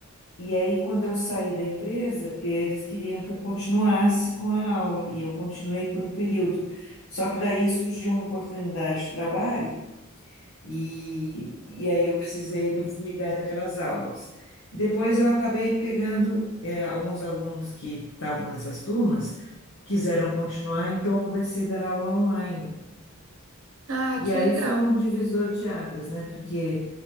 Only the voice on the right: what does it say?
Ah,
que
legal.